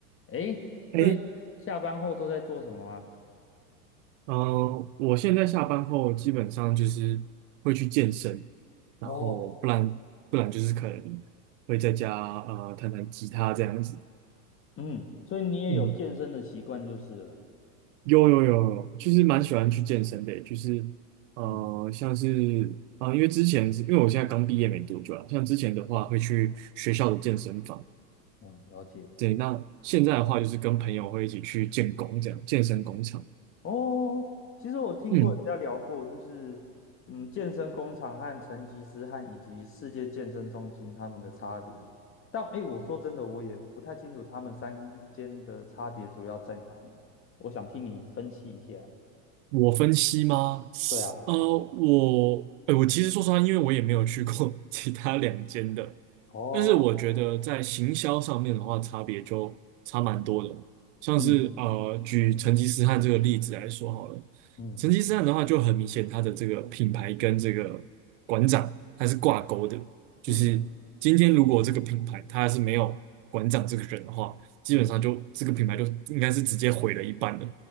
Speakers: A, on the left (about 25°); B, on the right (about 50°).
A: 诶，
B: 诶，
A: 最下班后都在做什么啊？
B: 嗯、我现在下班后基本上就是会去健身，然后不然不然就是可能会在家呃弹弹吉他这样子。
A: 哦，嗯，所以你也有健身的习惯就是了。
B: 嗯，有有有有，就是蛮喜欢去健身的，就是呃像是啊、
A: 嗯，
B: 呃因为之前是因为我现在刚毕业没多久啊，像之前的话会去学校的健身房，
A: 哦，了解。
B: 对，那现在的话就是跟朋友会一起去建工这样，健身工厂。
A: 哦，其实我听过人家聊过，
B: 嗯，
A: 就是嗯，健身工厂和成吉思汗以及世界健身中心他们的差别。但诶，我说真的，我也不太清楚他们三间的差别主要在哪里。我想听你分析一下。
B: 我分析吗？
A: 对啊，
B: 呃，我，呃，我其实说实话，因为我也没有去过 <laughs> 其他两间的，
A: 哦，
B: 但是我觉得在行销上面的话，差别就差蛮多的。像是呃，
A: 嗯
B: 举成吉思汗这个例子来说好了，
A: 嗯
B: 成吉思汗的话就很明显，他的这个品牌跟这个馆长他是挂钩的，就是今天如果这个品牌它是没有馆长这个人的话，
A: 嗯嗯
B: 基本上就这个品牌就应该是直接毁了一半的。
A: 嗯，